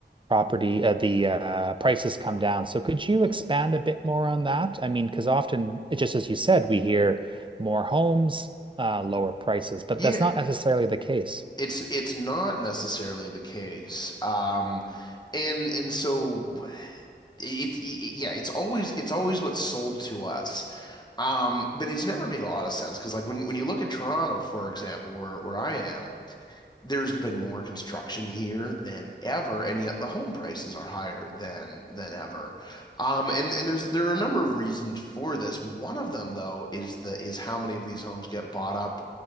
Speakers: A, on the right; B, on the left.
A: property, uh, the uh, prices come down. So could you expand a bit more on that? I mean, because often, just as you said, we hear more homes, uh, lower prices, but
B: Yeah,
A: that's not necessarily the case.
B: it's it's not necessarily the case. Um, and and so it's it, it- yeah it's always it's always what's sold to us um but it's never made a lot of sense because like when when you look at Toronto for example where where I am there's been more construction here than ever and yet the home prices are higher than than ever um and and there's there are a number of reasons for this one of them though is the is how many of these homes get bought up